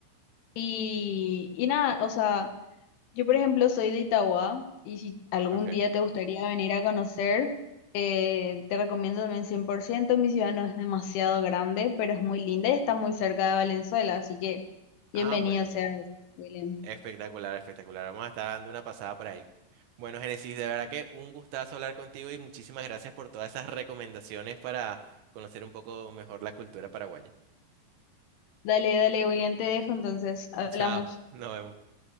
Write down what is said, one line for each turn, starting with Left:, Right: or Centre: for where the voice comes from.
Left: Y, y nada, o sea... Yo, por ejemplo, soy de Itauguá y si algún
Right: Ok.
Left: día te gustaría venir a conocer, eh, te recomiendo también cien por ciento Mi ciudad no es demasiado grande, pero es muy linda y está muy cerca de Valenzuela, así que
Right: Ah,
Left: bienvenido
Right: buenísimo.
Left: seas, William.
Right: Espectacular, espectacular. Vamos a estar dando una pasada por ahí. Bueno, Génesis, de verdad que un gustazo hablar contigo y muchísimas gracias por todas esas recomendaciones para conocer un poco mejor la cultura paraguaya.
Left: Dale, dale, William, te dejo, entonces
Right: <laughs>
Left: hablamos.
Right: Chao, nos vemos.